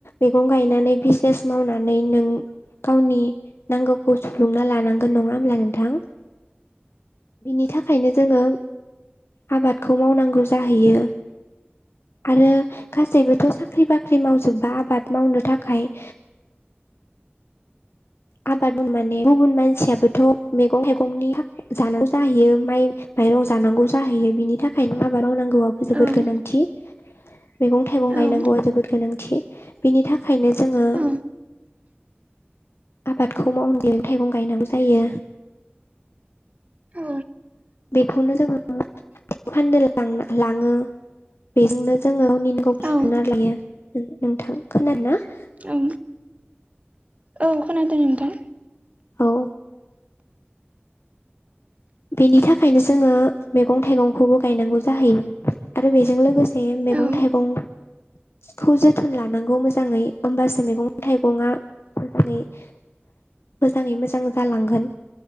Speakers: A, on the left; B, on the right.
A: मैगं गायनानै बिजनेस मावनानै नों। गावनि नांगौखौ सुफ्लुंना लानांगोन नङा होमब्ला नोंथां? बिनि थाखायनो जोङो आबादखौ मावनांगौ जाहैयो। आरो गासैबोथ' साख्रि-बाख्रि मावजोबबा आबाद मावनो थाखाय। <inaudible> आबाद माने गुबुन मानसियाबोथ' मैगं-थाइगंनि जानांगौ जाहैयो माइ। माइरं जानांगौ जाहैयो बिनि थाखायनो आबाद मावनांगौआबो जोबोद
B: औ औ
A: गोनांथि। मैगं-थाइगं गायनांगौआ
B: औ
A: जोबोद गोनांथि बिनि थाखायनो जोङो।
B: औ
A: आबादखौ मावनो मैगं-थाइगं गायनांगौ जायो।
B: औ
A: बेखौनो जोङो फाननो लाङो। बेजोंनो जोङो उननिनि गाव
B: औ
A: सुफुंना लायो। नोंथां खोनादोंना? <inaudible>
B: औ औ खोनादों नोंथां।
A: औ बेनि थाखायनो जोङो मैगं-थाइगंखौबो गायनांगौ जाहैयो आरो बेजों लोगोसे। मैगं-थाइगं।
B: औ
A: खौ जोथोन लानांगौ मोजाङै होमबासो मैगं-थाइगंआ। मोजाङै-मोजाङै मोजां जालांगोन